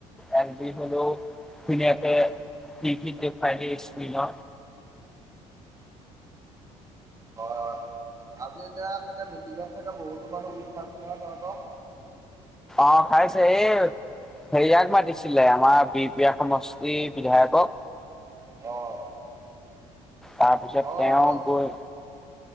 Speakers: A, in the centre; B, on the right (about 25°).
A: এল বি হ'লো ইয়াতে <unintelligible>
B: <inaudible> হয় হয় আজি এতিয়া চাগে মিটিঙত চাগে বহুতো মানুহ গোট খাইছে নহয় তহঁতৰ?
A: অ', খাইছে এই হেৰি ইয়াক মাতিছিলে আমাৰ বিহপিয়া সমষ্টিৰ বিধায়কক।
B: অ'।
A: তাৰপিছত
B: অ',
A: তেওঁ গৈ